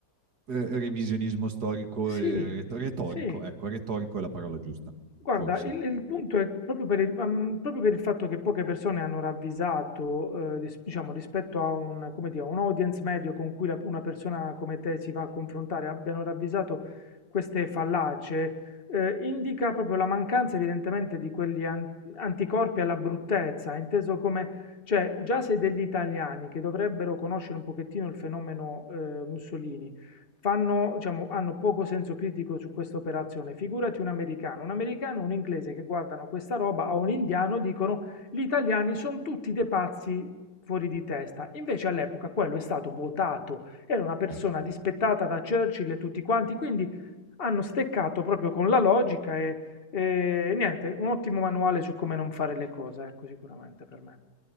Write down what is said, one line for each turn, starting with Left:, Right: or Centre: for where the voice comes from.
Right: eh, revisionismo storico e
Left: Sì,
Right: ret- retorico,
Left: sì,
Right: ecco, retorico è la parola giusta,
Left: Guarda,
Right: forse.
Left: il, il punto è proprio per il, am- proprio per il fatto che poche persone hanno ravvisato, eh, ris- diciamo, rispetto a un, come dire, un audience medio con cui la- una persona come te si va a confrontare, abbiano ravvisato queste fallacie, eh, indica proprio la mancanza evidentemente di quegli an- anticorpi alla bruttezza, inteso come, cioè, già se degli italiani che dovrebbero conoscere un pochettino il fenomeno, eh, Mussolini, fanno, diciamo, hanno poco senso critico su questa operazione. Figurati un americano, un americano, un inglese che guardano questa roba, o un indiano dicono gli italiani sono tutti dei pazzi fuori di testa. Invece all'epoca quello è stato votato, era una persona
Right: Certo.
Left: rispettata da Churchill e tutti quanti, quindi hanno steccato proprio con la logica e, e niente, un ottimo manuale su come non fare le cose, ecco, sicuramente per me.